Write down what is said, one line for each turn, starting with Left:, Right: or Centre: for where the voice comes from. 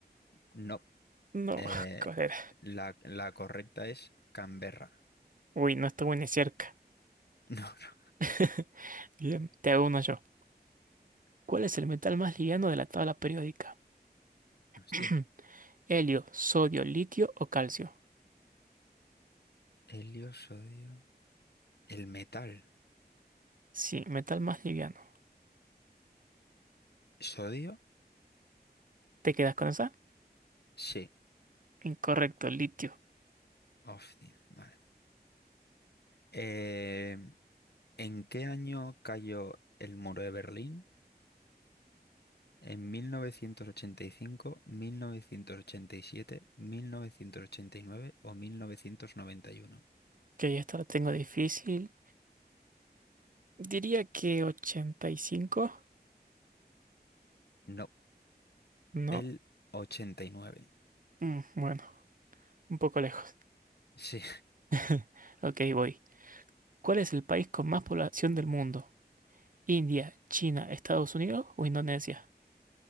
Left: No.
Right: No,
Left: Eh,
Right: <laughs> joder.
Left: la, la correcta es Canberra. <laughs>
Right: Uy, no estuve ni cerca.
Left: No, no.
Right: <laughs> Bien, te hago uno yo. ¿Cuál es el metal más liviano de la tabla periódica?
Left: Hostia.
Right: <clears throat> ¿Helio, sodio, litio o calcio?
Left: Helio, sodio. El metal.
Right: Sí, metal más liviano.
Left: ¿Sodio?
Right: ¿Te quedas con esa?
Left: Sí.
Right: Incorrecto, litio.
Left: Hostia. Vale. Eh, ¿en qué año cayó el muro de Berlín? En mil mil mil novecientos novecientos novecientos ochenta ochenta y y cinco, siete, mil novecientos ochenta y nueve o 1991.
Right: Ok, esta la tengo difícil. Diría que 85.
Left: No,
Right: No.
Left: el ochenta y nueve.
Right: Mm, bueno, un poco lejos.
Left: Sí,
Right: <laughs> Ok, voy. ¿Cuál es el país con más población del mundo? ¿India, China, Estados Unidos o Indonesia?